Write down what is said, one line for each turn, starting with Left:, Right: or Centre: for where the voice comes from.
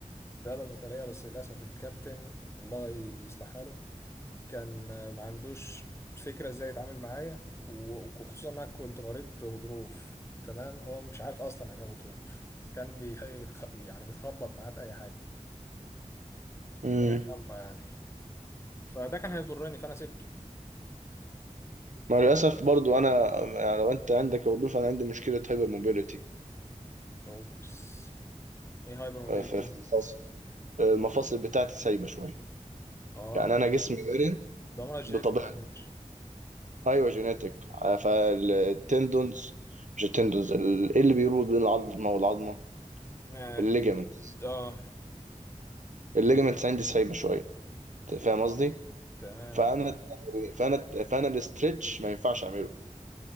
Left: رياضه قتاليه بس للاسف الكابتن الله يصلح حاله كان ما عندوش فكرة ازاي يتعامل معايا و- وخصوصا انا كنت مريض غضروف تمام هو مش عارف اصلا يعني ايه غضروف كان بي يعني بيخبط معايا في اي حاجة
Right: امم
Left: ربنا يسامحه يعني فده كان هيضرني فانا سبته
Right: مع الاسف برضو انا يعني لو انت عندك وظيفه انا عندي مشكله هايبر موبيليتي
Left: اوبس ايه هايبر موبيليتي
Right: آه، في
Left: ده
Right: في الفصل آه، المفاصل بتاعتي سايبه شويه
Left: اه
Right: يعني انا جسمي مرن
Left: ده مرض جينيتك
Right: بطبيعتي
Left: على فكرة
Right: ايوه جينيتك فالتندونز مش التندونز ال- ايه اللي بيربط بين العظمه والعظمه
Left: اه
Right: الليجامنت
Left: آه.
Right: الليجامنتس عندي سايبه شويه أنت فاهم قصدي
Left: تمام
Right: فانا
Left: تمام
Right: فانا فانا الاسترتش ما ينفعش اعمله